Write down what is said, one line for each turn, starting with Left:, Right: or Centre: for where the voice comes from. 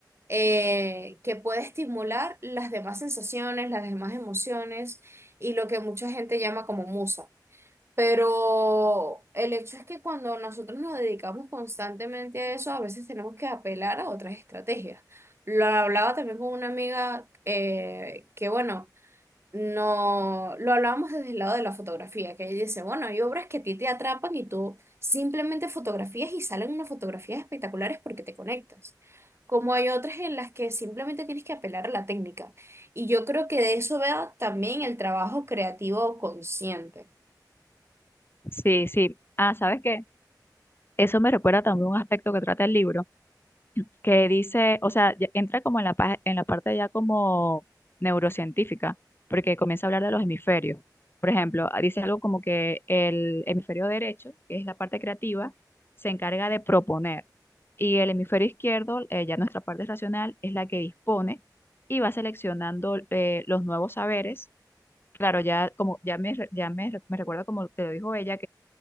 Right: eh, que puede estimular las demás sensaciones, las demás emociones y lo que mucha gente llama como musa. Pero el hecho es que cuando nosotros nos dedicamos constantemente a eso, a veces tenemos que apelar a otras estrategias. Lo hablaba también con una amiga eh, que, bueno, no lo hablábamos desde el lado de la fotografía, que ella dice, bueno, hay obras que a ti te atrapan y tú simplemente fotografías y salen unas fotografías espectaculares porque te conectas. Como hay otras en las que simplemente tienes que apelar a la técnica. Y yo creo que de eso vea también el trabajo creativo consciente.
Left: Sí, sí. Ah, ¿sabes qué? Eso me recuerda también un aspecto que trata el libro. que dice, o sea, ya entra como en la, pa- en la parte ya como neurocientífica, porque comienza a hablar de los hemisferios. Por ejemplo, ah, dice algo como que el hemisferio derecho, que es la parte creativa, se encarga de proponer. Y el hemisferio izquierdo, eh, ya nuestra parte racional, es la que dispone y va seleccionando eh, los nuevos saberes. Claro, ya como ya me, re- ya me, re- me recuerda como te lo dijo ella,